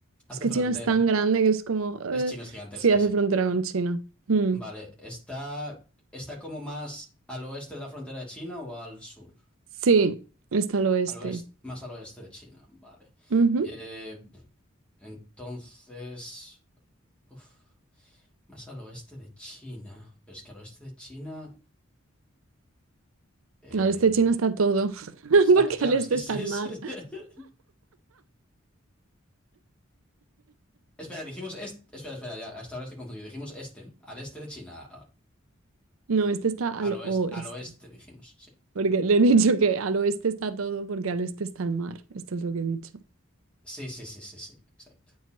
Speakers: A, in the centre; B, on the right.
A: Hace
B: Es que
A: frontera.
B: China es tan grande que es como... eh,
A: Es China es gigantesca,
B: Sí, hace
A: sí.
B: frontera con China. Mm.
A: Vale, ¿está, está como más al oeste de la frontera de China o al sur?
B: Sí, está al oeste.
A: Al oeste, más al oeste de China, vale.
B: Ujú.
A: Eh, entonces, uf, más al oeste de China. Pero es que al oeste de China... eh,
B: Al este de China está todo, <laughs>
A: está,
B: porque
A: claro,
B: al este
A: es que es...
B: está el mar.
A: es- <laughs> Espera, dijimos... Este, espera, espera, ya, hasta ahora estoy confundido. Dijimos este, ¿no? al este de China. a-
B: No, este está al
A: al oeste,
B: oeste,
A: al oeste dijimos, sí.
B: porque le he dicho que al oeste está todo, porque al este está el mar. Esto es lo que he dicho.
A: Sí, sí, sí, sí, sí, exacto.